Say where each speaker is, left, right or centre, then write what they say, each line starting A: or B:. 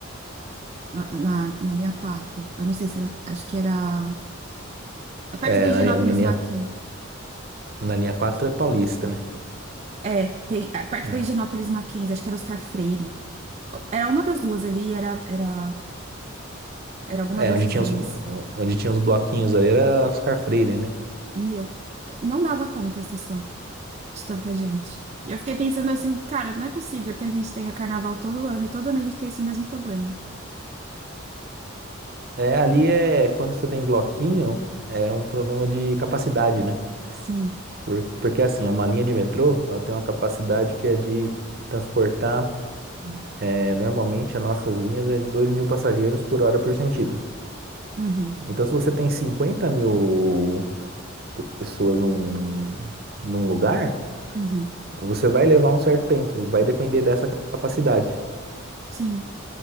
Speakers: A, on the right (about 30°); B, on the right (about 50°).
A: Na, na, na linha quatro Eu não sei se era. Acho que era. É perto
B: É,
A: da Higienópolis
B: na linha, na linha,
A: Mackenzie.
B: na linha 4 é Paulista, né?
A: É, tem. É perto
B: É,
A: da Higienópolis Mackenzie, acho que era Oscar Freire. Era uma das duas ali, era, era, era alguma
B: É,
A: dessas
B: onde tinha
A: linhas.
B: os, onde tinha os bloquinhos ali era Oscar Freire, né?
A: Meu, não dava conta a estação de tanta gente. E eu fiquei pensando assim, cara, não é possível que a gente tenha carnaval todo ano e todo ano a gente tem esse mesmo problema.
B: É, ali é quando você tem bloquinho, é um problema de capacidade, né?
A: Sim.
B: Por- porque assim, é uma linha de metrô, ela tem uma capacidade que é de transportar, é, normalmente as nossas linhas é de dois mil passageiros por hora por sentido.
A: Uhum.
B: Então, se você tem cinquenta mil pessoas num, num lugar,
A: Uhum.
B: você vai levar um certo tempo, vai depender dessa capacidade.
A: Sim.